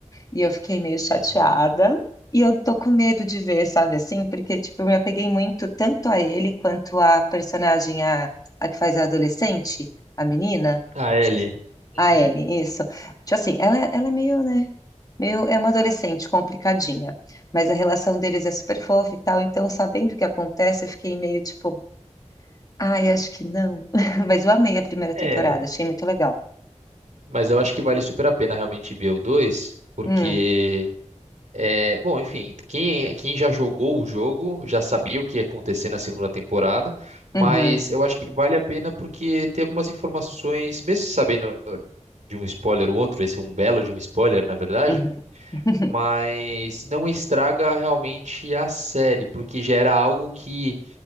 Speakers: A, on the left; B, on the right.
A: E eu fiquei meio chateada.
B: Uhum.
A: E eu tô com medo de ver, sabe assim? Porque, tipo, eu me apeguei muito tanto a ele quanto a personagem, a, a que faz a adolescente, a menina.
B: A Ellie.
A: Esqueci.
B: Uhum.
A: A Ellie, isso. Tipo assim, ela, ela é meio, né? Meio, é uma adolescente complicadinha. Mas a relação deles é super fofa e tal. Então, sabendo o que acontece, eu fiquei meio tipo, ai, acho que não. <laughs> Mas eu amei a primeira
B: É.
A: temporada, achei muito legal.
B: Mas eu acho que vale super a pena realmente ver o dois porque
A: Hum,
B: é, bom, enfim, quem, quem já jogou o jogo já sabia o que ia acontecer na segunda temporada, mas
A: uhum,
B: eu acho que vale a pena porque tem algumas informações, mesmo sabendo de um spoiler ou outro, esse é um belo de um spoiler, na verdade,
A: uhum. <laughs>
B: mas não estraga realmente a série, porque já era algo que